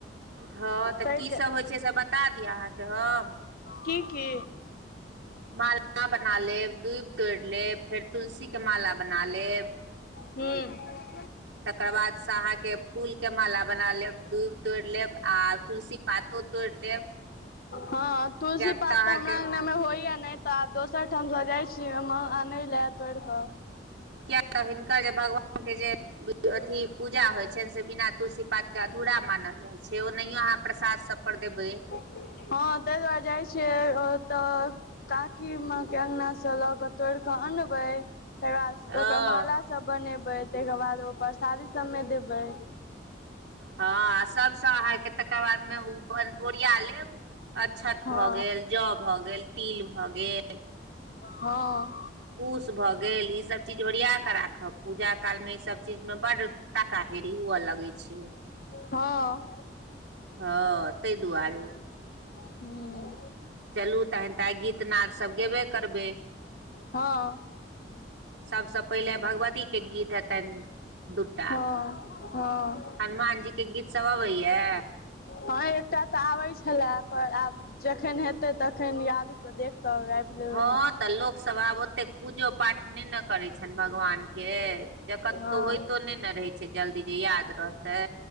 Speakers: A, on the right (about 85°); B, on the left (about 55°).
A: हँ तऽ
B: ताहिके
A: की सब होइ छै से बता दि अहाँके हम
B: की की
A: माला बना लेब दूभि तोड़ि लेब फेर तुलसी के माला बना लेब
B: हू
A: तकर बाद से अहाँ के फूल के माला बना लेब दूभि तोरि लेब आ तुलसी पातो तोरि लेब
B: हँ तुलसी
A: कियाक
B: पात
A: तऽ अहाँके
B: त हमरा अंगना मे होय या ने ते आब दोसर ठाम स जाय छी मह आनैले तोरिके
A: किया तऽ हिनकर जे भगवानके जे अथी पूजा होय छनि से बिना तुलसी पात के अधूरा मानल जाय छै ओ नहियो अहाँ प्रसाद सब पर देबै
B: हँ ताहि दुआरे जाय छियै ओतऽ काकि मा के अंगना से लऽ क तोड़ि कऽ अनबै तै के बाद
A: हँ
B: ओकर माला सब बनेबै तहिके बाद ओ परसादी सबमे देबै
A: हँ सबस आहां के तकर बाद मे ओ ब ओरिया लेब अक्षत
B: हँ
A: भऽ गेल जौ भऽ गेल तिल भऽ गेल
B: हँ
A: कूश भऽ गेल ईसभ चीज ओरिया कऽ राखब पूजा कालमे ईसभ चीजमे बड्ड ताका हेरी हुअ लगै छै
B: हँ
A: हँ तहि दुआरे
B: <unintelligible>
A: चलू तहन तऽ आइ गीत नादसभ गेबे करबै
B: हँ
A: सभसँ पहिले भगवती के गीत हेतनि दूटा
B: हँ हँ
A: हनुमान जी के गीत सब अबै या
B: हँ एकटा तऽ आबै छले पर आब जखन हेतै तखन यादके देख कऽ गाबि देबै
A: हँ तऽ लोक सब आब ओतेक पूजो पाठ नहि ने करै छनि भगवान के के जे कतहु
B: हँ
A: होइतो नहि ने रहै छै जल्दी जे याद रह तै